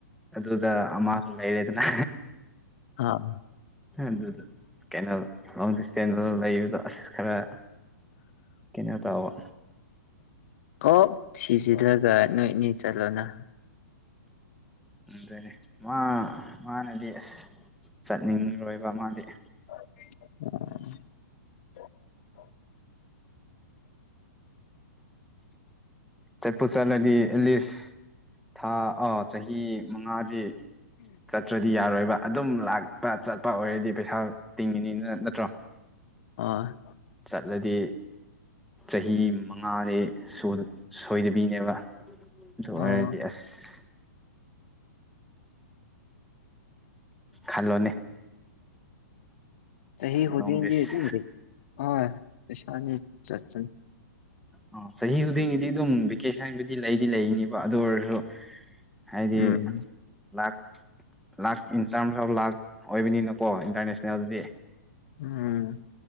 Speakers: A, in the centre; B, on the left.
A: ꯑꯗꯨꯗ ꯑꯃꯁꯁꯨ ꯂꯩꯔꯦꯗꯅ
B: ꯑꯥ
A: ꯑꯗꯨꯗ ꯀꯩꯅꯣ ꯂꯣꯡ ꯗꯤꯁꯇꯦꯟꯁ ꯂꯩꯕꯗꯣ ꯑꯁ ꯈꯔ ꯀꯩꯅꯣ ꯇꯕ
B: ꯀꯣꯛ ꯁꯤꯖꯤꯜꯂꯒ ꯅꯣꯏꯅꯤ ꯆꯠꯂꯣꯅ
A: ꯗꯅꯤ ꯃꯥ ꯃꯥꯅꯦꯗꯤꯦꯁ ꯆꯠꯅꯤꯡꯂꯣꯏꯕ ꯑꯃꯗꯤꯗꯤ
B: <unintelligible>
A: ꯇ ꯄꯨꯁꯅꯗꯤ ꯂꯤ ꯊꯥ ꯑ ꯆꯍꯤ ꯃꯉꯥꯗꯤ ꯆꯠꯇ꯭ꯔꯗꯤ ꯌꯥꯔꯣꯏꯕ ꯑꯗꯨꯝ ꯂꯥꯛꯄ ꯆꯠꯄ ꯑꯣꯏꯔꯗꯤ ꯄꯩꯁꯥ ꯇꯤꯡꯉꯤꯅꯤꯅ ꯅꯠꯇ꯭ꯔꯣ
B: ꯑ
A: ꯆꯠꯂꯗꯤ ꯆꯍꯤ ꯃꯉꯥꯗꯤ ꯁꯣꯏꯗꯕꯤꯅꯦꯕ ꯉꯥꯏꯗꯤ
B: ꯑꯣ
A: ꯑꯁ ꯈꯜꯂꯣꯅꯦ
B: ꯁꯍꯤ ꯍꯗꯗꯤ
A: ꯂꯣꯡ ꯗꯤꯁ
B: ꯑꯗꯨ ꯄꯁ ꯆꯠ
A: ꯑꯣ ꯆꯍꯤ ꯈꯨꯗꯤꯡꯒꯤꯗꯤ ꯑꯗꯨꯝ ꯚꯦꯀꯦꯁꯟꯕꯨꯗꯤ ꯂꯩꯗꯤ ꯂꯩꯅꯤꯕ ꯑꯗꯨ ꯑꯣꯏꯔꯁꯨ ꯍꯥꯏꯗꯤ
B: ꯎꯝ
A: ꯂꯥꯛ ꯂꯥꯛ ꯏꯟꯇꯔꯝꯁꯐ ꯂꯥꯛ ꯑꯣꯏꯕꯅꯤꯅꯀꯣ ꯏꯟꯇꯔꯅꯦꯁꯅꯦꯜꯗꯤ
B: ꯎꯝ